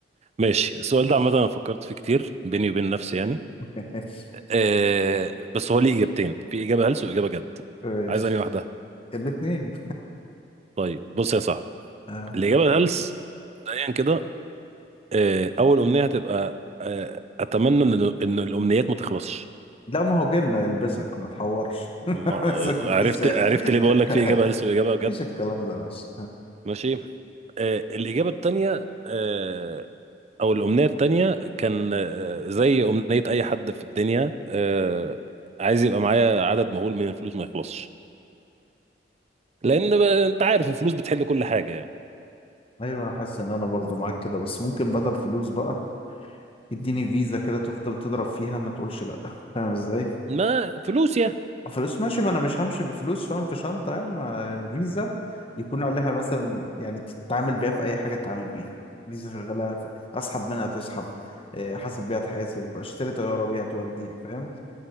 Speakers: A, on the right (about 40°); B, on the left (about 30°).
A: ماشي السؤال ده عامة أنا فكرت فيه كتير بيني وبين نفسي يعني
B: <laughs> ماشي
A: أه بس هو ليه إجابتين في إجابة هلس وإجابة جد
B: ماشي
A: عايز أنهي واحدة
B: الاتنين
A: طيب بص يا صاحبي
B: آه.
A: الإجابة الهلس مبدئيا كده أه أول أمنية هتبقى أه أتمنى إن إن الأمنيات ما تخلصش
B: لا ما هو جنة يلبسك ما تحورش <laughs>
A: ما آه،
B: بس مفيش
A: عرفت عرفت ليه بقول لك في
B: <laughs>
A: إجابة هلس وإجابة جد
B: مفيش الكلام ده بس
A: ماشي أه الإجابة التانية آه، او الامنيه التانية كان آه، زي امنيه اي حد في الدنيا آه، عايز يبقى معايا عدد مهول من الفلوس ما يخلصش لان ب- انت عارف الفلوس بتحل كل حاجه يعني
B: ايوه انا حاسس ان انا برضو معاك كده بس ممكن بدل فلوس بقى اديني فيزا كده تفضل تضرب فيها ما تقولش لا <laughs> فاهم ازاي
A: ما فلوس يعني
B: فلوس ماشي ما انا مش همشي بفلوس فاهم في شنطة يعني ما فيزا يكون عليها مثلا يعني تتعامل بيها في اي حاجة تتعامل بيها فيزا شغالة في... اسحب منها تسحب آه، احاسب بيها تحاسب اشتري طيارة بيها تودي فاهم